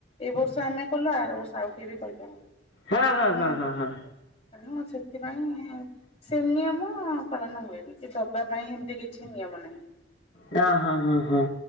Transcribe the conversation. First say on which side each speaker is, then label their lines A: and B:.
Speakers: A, on the left (about 35°); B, on the left (about 75°).
A: ଏଇ ବର୍ଷ ଆମେ କଲୁ ଆର ବର୍ଷ ଆଉ କିଏ ବି କହିପାରନ୍ତି।
B: ହଁ ହଁ
A: <unintelligible>
B: ହଁ ହଁ ହଁ
A: ହଁ ସେତି ପାଇଁ ସେ ନିୟମ ପାଳନ ହୁଏନି କି ଦବା ପାଇଁ ହେମିତି କିଛି ନିୟମ ନାହିଁ।
B: ୟ ହଁ ହଁ ହଁ।